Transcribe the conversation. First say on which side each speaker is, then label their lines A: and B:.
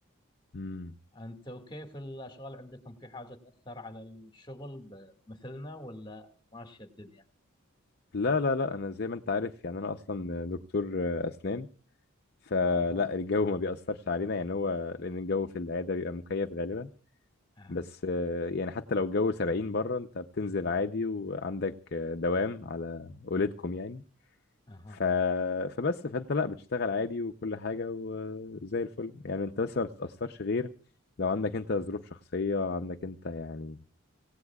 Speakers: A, on the left; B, on the left.
A: مم.
B: أنت وكيف الأشغال عندكم في حاجة تأثر على الشغل ب- مثلنا ولا ماشية الدنيا؟
A: لا لا لا انا زي ما انت عارف يعني انا اصلا دكتور اسنان فلا
B: اه
A: الجو ما بيأثرش علينا يعني هو لان الجو في العياده بيبقى مكيف غالبا
B: اه
A: بس آه، يعني حتى لو الجو 70 بره انت بتنزل عادي وعندك آه، دوام على اولادكم يعني
B: أها
A: ف... فبس فانت لا بتشتغل عادي وكل حاجه وزي الفل يعني انت بس ما بتتأثرش غير لو عندك انت ظروف شخصيه عندك انت يعني